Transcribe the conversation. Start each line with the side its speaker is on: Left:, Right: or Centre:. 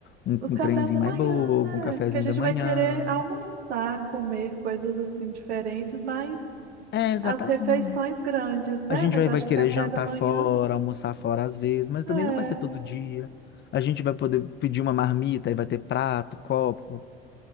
Left: um,
Right: Os
Left: um
Right: cafés
Left: trenzinho
Right: da
Left: mais
Right: manhã,
Left: bobo,
Right: né?
Left: um cafezinho
Right: Porque a gente
Left: da manhã.
Right: vai querer almoçar, comer coisas assim diferentes, mas
Left: É, exatamente.
Right: as refeições grandes, né?
Left: A gente
Right: Mas
Left: vai,
Right: acho
Left: vai querer
Right: que café
Left: jantar
Right: da manhã
Left: fora, almoçar fora às vezes, mas também
Right: é
Left: não vai ser todo dia. A gente vai poder pedir uma marmita e vai ter prato, copo,